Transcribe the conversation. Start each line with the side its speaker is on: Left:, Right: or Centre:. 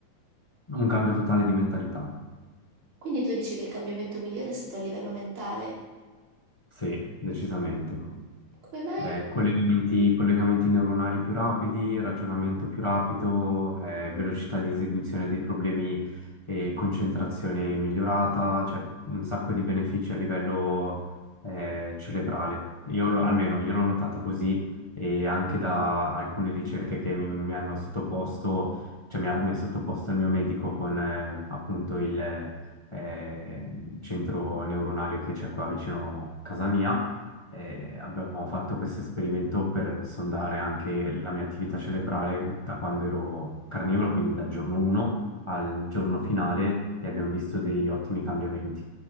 Left: Un cambio totale di mentalità,
Right: Quindi tu dici che il cambiamento migliore è stato a livello mentale.
Left: sì, decisamente.
Right: Come mai?
Left: Eh, collegamenti, collegamenti neuronali più rapidi, ragionamento più rapido, eh, velocità di esecuzione dei problemi e concentrazione migliorata, cioè un sacco di benefici a livello eh, cerebrale. Io l'ho- almeno io l'ho notato così e anche da alcune ricerche che mi, mi hanno sottoposto, cioè mi ha, mi ha sottoposto il mio medico con eh, appunto il eh, centro neuronale che c'è qua vicino a casa mia. E abbiamo fatto questo esperimento per sondare anche la mia attività cerebrale da quando ero carnivoro, quindi dal giorno 1 al giorno finale, e abbiamo visto dei ottimi cambiamenti.